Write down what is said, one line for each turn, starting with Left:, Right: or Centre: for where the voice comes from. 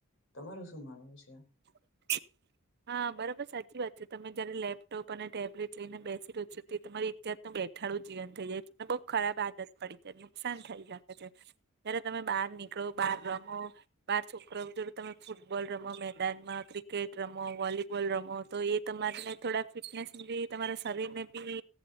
Left: તમારું શું માનવું છે.
Right: <unintelligible> હા બરાબર સાચી વાત છે તમે જયારે લેપટોપ અને ટેબલેટ લઈને બેસી રહ્યો છો તે તમારી ત તું બેઠાડું જીવન થઈ જાયને બહુ ખરાબ આદત પડી છે નુકસાન થઈ શકે છે. જય્યારે તમે બહાર નીકળો બહાર રમો બાર છોકરા જોડ તમે ફૂટબોલ રમો મેચ મેદાનમાં ક્રિકેટ રમો વોલીબોલ રમો તો એ તમારીને થોડા ફિટનેસી તમારા શરીર ને બી